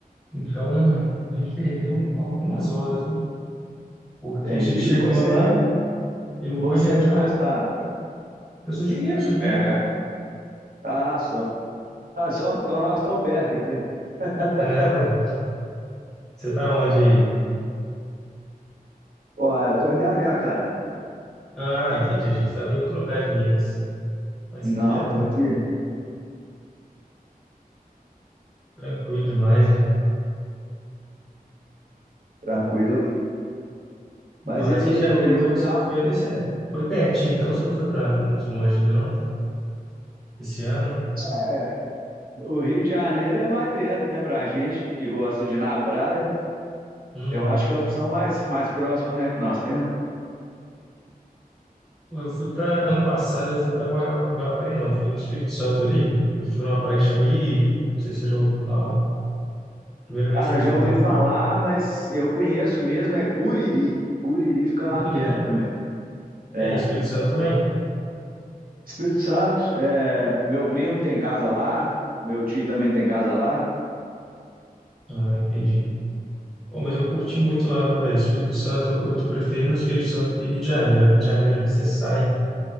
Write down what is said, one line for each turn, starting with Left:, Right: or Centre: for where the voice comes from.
Centre: então é, a gente perdeu algumas horas, né? Porque
Right: Entendi.
Centre: a gente chegou
Right: E você
Centre: lá
Right: é de,
Centre: e não
Right: você
Centre: pôde entrar.
Right: é de qual estado, cara?
Centre: Eu sou de Minas, sou de BH.
Right: Ah, só. Ah, só, então nós estamos perto aqui. <laughs>
Centre: É, ué. você tá onde aí?
Right: Ó, eu tô em BH, caralho.
Centre: Ah, entendi. A gente estava em outro lugar de Minas. Mas
Right: Não,
Centre: aqui é
Right: tô aqui,
Centre: tranquilo demais, né?
Right: tranquilo.
Centre: Mas
Right: Mas e aí,
Centre: Rio de Janeiro,
Right: e o, e
Centre: então,
Right: o final?
Centre: que você foi ali, você foi pertinho, então você não foi para muito longe ainda, não? Esse ano.
Right: É, o Rio de Janeiro é mais perto, né, pra gente que gosta de ir na praia.
Centre: Uhum.
Right: Eu acho que é a opção mais, mais próxima, né, que nós temos.
Centre: Pô, Eu fui para ano passado, eu fui para Guara... Guarapari, não, fui no Espírito Santo ali. Eu fui numa praia que chama Iriri, não sei se você já ouviu falar. Primeira
Right: Cara,
Centre: vez que eu fui
Right: já ouvi
Centre: lá,
Right: falar,
Centre: fala,
Right: mas eu conheço mesmo, é Guriri. Guriri fica lá perto
Centre: Iriri.
Right: também. É,
Centre: É, Espírito Santo também?
Right: Espírito Santo, é, meu primo tem casa lá, meu tio também tem casa lá.
Centre: Ah, entendi. Oh, mas eu curti muito lá, viu, velho? Espírito Santo, eu, eu tô preferindo o Espírito Santo que Rio de Janeiro. Rio de Janeiro ali você sai,